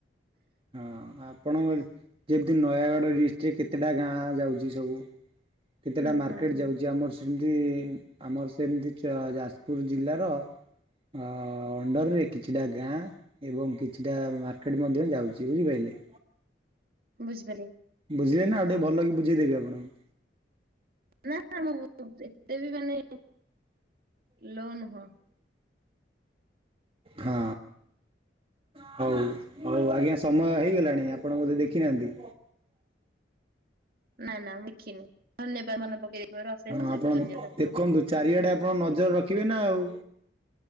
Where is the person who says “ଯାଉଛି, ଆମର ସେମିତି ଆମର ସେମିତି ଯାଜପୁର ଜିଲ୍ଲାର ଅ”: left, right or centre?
Right